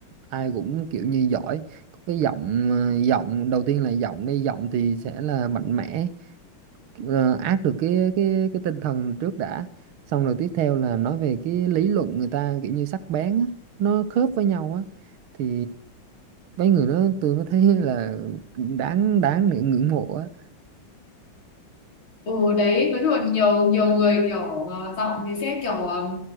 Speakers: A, on the right; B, on the left.
A: ai cũng kiểu như giỏi có cái giọng ờ, giọng đầu tiên là giọng đi giọng thì sẽ là mạnh mẽ ờ, áp được cái cái cái tinh thần trước đã xong rồi tiếp theo là nói về cái lý luận người ta kiểu như sắc bén á, nó khớp với nhau á thì mấy người đó tôi mới thấy là đáng đáng để ngưỡng mộ á
B: Ừ đấy, nói chung là nhiều nhiều người kiểu ờ, giọng thì sẽ kiểu ờ,